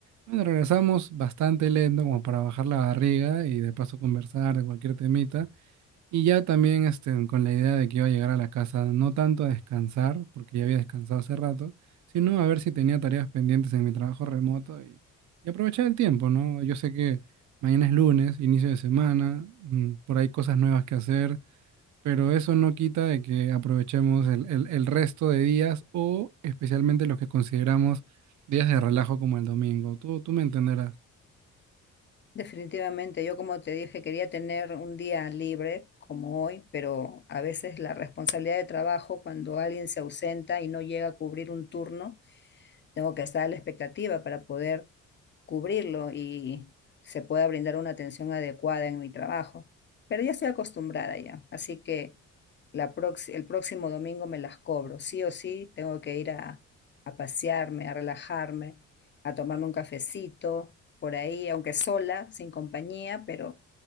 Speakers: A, on the right; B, on the left.
A: bueno, regresamos bastante lento como para bajar la barriga y de paso conversar de cualquier temita. Y ya también este, con la idea de que iba a llegar a la casa, no tanto a descansar, porque ya había descansado hace rato, sino a ver si tenía tareas pendientes en mi trabajo remoto y, y aprovechar el tiempo, ¿no? Yo sé que mañana es lunes, inicio de semana, mm, por ahí cosas nuevas que hacer, pero eso no quita de que aprovechemos el, el, el resto de días o especialmente los que consideramos días de relajo como el domingo. Tú, tú me entenderás.
B: Definitivamente, yo como te dije, quería tener un día libre como hoy, pero a veces la responsabilidad de trabajo, cuando alguien se ausenta y no llega a cubrir un turno, tengo que estar a la expectativa para poder cubrirlo y se pueda brindar una atención adecuada en mi trabajo. Pero ya estoy acostumbrada ya, así que la prox- el próximo domingo me las cobro. Sí o sí, tengo que ir a, a pasearme, a relajarme, a tomarme un cafecito por ahí, aunque sola, sin compañía, pero